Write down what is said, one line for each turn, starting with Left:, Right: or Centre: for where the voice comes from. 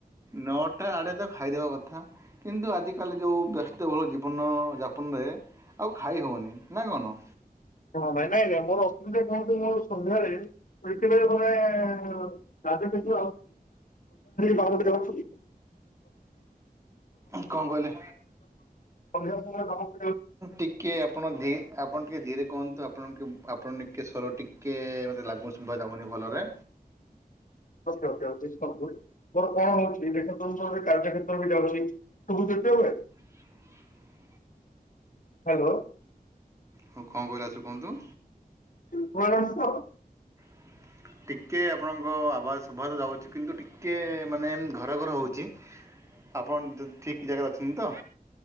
Right: ନଅଟା ଆଡ଼େ ତ ଖାଇଦେବା କଥା। କିନ୍ତୁ ଆଜିକାଲି ଯେଉଁ ବ୍ୟସ୍ତବହୁଳ ଜୀବନ ଯାପନରେ ଆଉ ଖାଇ ହଉନି ନା କଣ।
Left: ହଁ ଭାଇ ନାଇ ନାଇ ମୋର ଅସୁବିଧା କେଉଁଠି ମୋ ସନ୍ଧ୍ୟାରେ ମିିବ ଜଣେ <unintelligible> ଅଛି ସନ୍ଧ୍ୟା ବେଳେ ଟିକେ
Right: କ'ଣ କହିଲେ
Left: ବାହାରେ <unintelligible> <unintelligible>
Right: ଟିକେ ଆପଣ ବି ଆପଣ ଟିକିଏ ଧିରେ କୁହନ୍ତୁ ଆପଣ ଟିକେ ଆପଣ ଟିକେ ସ୍ୱର ଟିକେ ମୋତେ ଲାଗୁନି ଶୁଭା ଯାଉନି ଭଲରେ।
Left: <unintelligible> ମୋର କଣ ହଉଛି <unintelligible> କାର୍ଯ୍ୟ କ୍ଷେତ୍ରବି ଯାଉଛି ସବୁ ଯେତେ ହୁଏ
Right: <inaudible>
Left: ହ୍ୟାଲୋ
Right: ହଁ କଣ କହିଲେ ଆଉ ଥରେ କୁହନ୍ତୁ?
Left: <unintelligible>
Right: <inaudible> ଟିକଏ ଆପଣଙ୍କ ଆବାଜ ଶୁଭା ତ ଯାଉଛି କିନ୍ତୁ ଟିକିଏ ମାନେ ଘର ଘର ହୋଉଛି। ଆପଣ ଠିକ ଜାଗାରେ ଅଛନ୍ତି ତ।